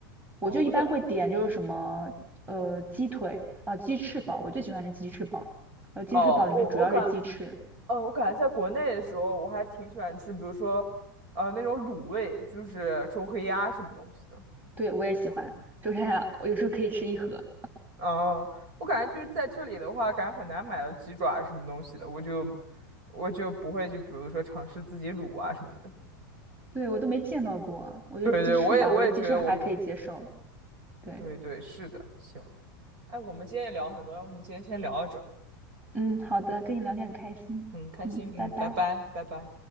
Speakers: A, on the right; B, on the right.
A: 我就一般会点就是什么呃鸡腿啊、
B: 哦，我在。
A: 鸡翅堡，我最喜欢是鸡翅堡。呃，鸡翅堡里面主要是鸡翅，
B: 哦，我我感呃，我感觉在国内的时候，我还挺喜欢吃，比如说，呃，那种卤味，就是周黑鸭什么东西的。
A: 对我也喜欢。就 <laughs> 是它我有时候可以吃一盒，
B: 嗯，我感觉就是在这里的话，感觉很难买到鸡爪什么东西的，我就我就不会去，比如说尝试自己卤啊什么的。
A: 对我都没见到过。我觉得鸡翅吧，
B: 对对，我也我也觉得我们
A: 我觉得鸡翅还可以接受。对，
B: 对对是的，行。哎，我们今天也聊了很多，要不我们今天先聊到这儿
A: 嗯，好的，跟你聊天很开心，
B: 嗯，开心，
A: 嗯，
B: 嗯，
A: 拜拜。
B: 拜拜，拜拜。